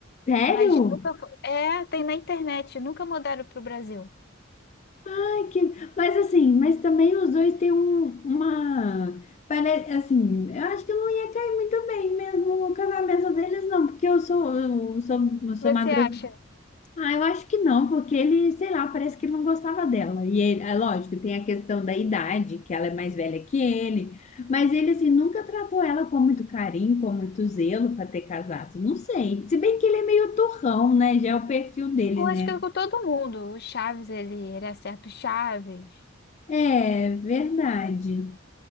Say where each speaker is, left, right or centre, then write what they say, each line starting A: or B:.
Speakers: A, on the left; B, on the left.
A: Sério?
B: Mas nunca. fo- É, tem na internet, nunca mudaram para o Brasil.
A: Ai, que... Mas assim, mas também os dois têm um- uma... Parece, assim, eu acho que não ia cair muito bem mesmo o casamento deles, não. Porque eu sou, eu sou, eu sou
B: Você
A: madruga.
B: acha?
A: Ah, eu acho que não, porque ele, sei lá, parece que ele não gostava dela. E ele, é lógico, tem a questão da idade, que ela é mais velha que ele. Mas ele, assim, nunca tratou ela com muito carinho, com muito zelo para ter casado. Não sei. Se bem que ele é meio turrão, né? Já é o perfil dele,
B: Com,
A: né?
B: acho que com todo mundo. O Chaves, ele, ele acerta o Chaves.
A: É verdade,